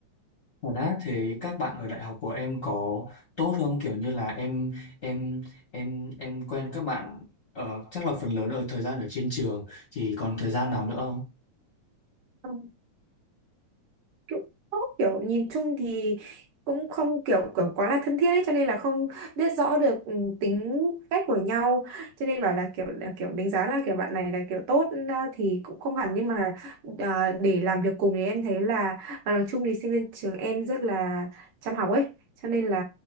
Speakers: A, on the left; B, on the right.
A: Và đã thế các bạn ở đại học của em có tốt không? Kiểu như là em em em em quen các bạn ờ, chắc là phần lớn ở thời gian ở trên trường thì còn thời gian nào nữa không?
B: Ừ. cũng tốt kiểu nhìn chung thì cũng không kiểu kiểu quá là thân thiết ấy cho nên là không biết rõ được ừ, tính cách của nhau cho nên bảo là kiểu là kiểu đánh giá là kiểu bạn này là kiểu tốt à, thì cũng không hẳn nhưng mà à, để làm việc cùng thì em thấy là và nói chung thì sinh viên trường em rất là chăm học ấy cho nên là